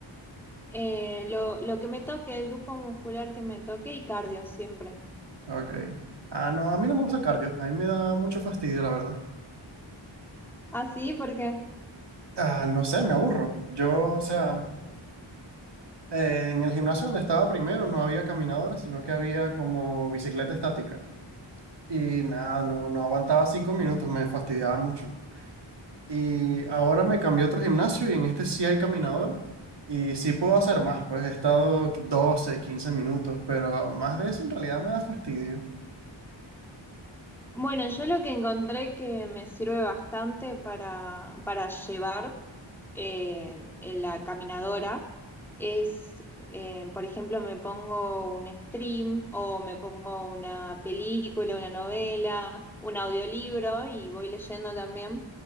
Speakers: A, in the centre; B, on the right (about 60°).
A: Eh, lo, lo que me toque, el grupo muscular que me toque y cardio siempre.
B: Ok. Ah, no, a mí no me gusta el cardio, a mí me da mucho fastidio, la verdad.
A: Ah, sí, porque,
B: Ah, no sé, me aburro. Yo, o sea, eh, en el gimnasio donde estaba primero no había caminadora, sino que había como bicicleta estática. Y nada, no, no aguantaba cinco minutos, me fastidiaba mucho. Y ahora me cambié a otro gimnasio y en este sí hay caminadora. Y sí puedo hacer más, pues he estado 12, 15 minutos, pero más de eso en realidad me da fastidio.
A: bueno, yo lo que encontré que me sirve bastante para, para llevar. eh, en la caminadora es, eh, por ejemplo, me pongo un stream o me pongo una película, una novela, un audiolibro y voy leyendo también